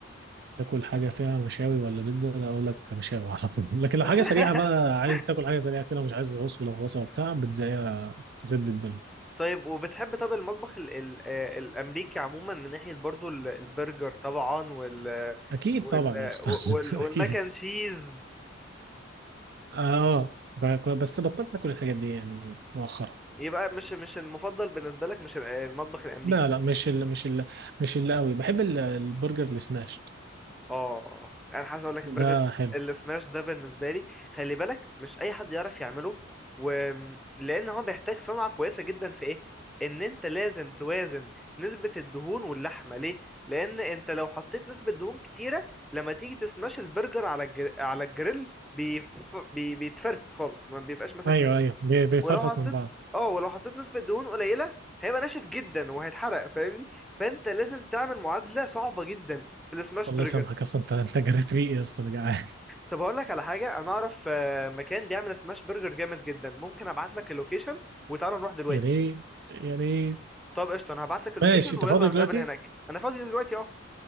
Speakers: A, on the right; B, in the centre.
A: تاكل حاجة فيها مشاوي ولا بيتزا لا أقول لك مشاوي على طول لكن لو
B: <laughs>
A: حاجة سريعة بقى عايز تاكل حاجة سريعة كده مش عايز عص ولا غوصة وبتاع بيتزاية تسد الدنيا
B: طيب وبتحب طب المطبخ ال ال آه، الأمريكي عموما من ناحية برضو ال- البرجر طبعا وال
A: أكيد
B: وال
A: طبعا يا أستاذ
B: وال
A: <laughs>
B: والماكن
A: أكيد
B: تشيز
A: آه بك- بس بطلت آكل الحاجات دي يعني مؤخرا
B: يبقى مش مش المفضل بالنسبة لك مش ال- المطبخ الأمريكي
A: لا لا مش ال مش ال مش اللي قوي بحب ال- البرجر السماشت
B: اه انا عايز اقول لك البرجر
A: ده حلو
B: اللي سماش ده بالنسبه لي خلي بالك مش اي حد يعرف يعمله و... لان هو بيحتاج صنعه كويسه جدا في ايه ان انت لازم توازن نسبه الدهون واللحمه ليه لان انت لو حطيت نسبه دهون كتيره لما تيجي تسماش البرجر على الجر... على الجريل بيف... بي... بيتفرفت خالص ما بيبقاش ماسك
A: ايوه
B: نفسه
A: ايوه بي- بيفرفط
B: ولو حطيت
A: من بعض
B: اه ولو حطيت نسبه دهون قليله هيبقى ناشف جدا وهيتحرق فاهمني فانت لازم تعمل معادله صعبه جدا في السماش
A: الله
B: برجر
A: يسامحك اصلا انت انت جريت ريقي يا اسطى انا جعان
B: طب اقول لك على حاجه انا اعرف آه، مكان بيعمل سماش برجر جامد جدا ممكن ابعت لك اللوكيشن وتعالى نروح
A: <laughs>
B: دلوقتي
A: يا ريت يا ريت
B: طب قشطه انا هبعت لك اللوكيشن
A: ماشي انت
B: ويلا
A: فاضي
B: نتقابل
A: دلوقتي
B: هناك انا فاضي دلوقتي اهو